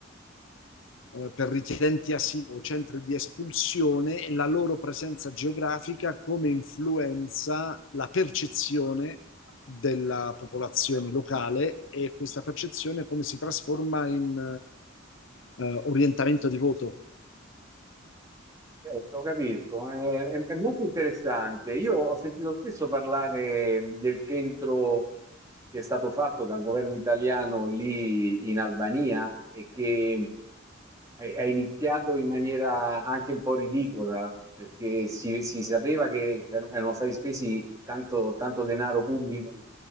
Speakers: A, on the left; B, on the right.
A: eh, per richiedenti asilo o centri di espulsione e la loro presenza geografica come influenza la percezione della popolazione locale e questa percezione come si trasforma in eh, eh, orientamento di voto.
B: Certo, capisco, è, è- è molto interessante. Io ho sentito spesso parlare del centro che è stato fatto dal governo italiano lì in Albania e che è, è iniziato in maniera anche un po' ridicola, perché si, si sapeva che c'erano- erano stati spesi tanto, tanto denaro pubblico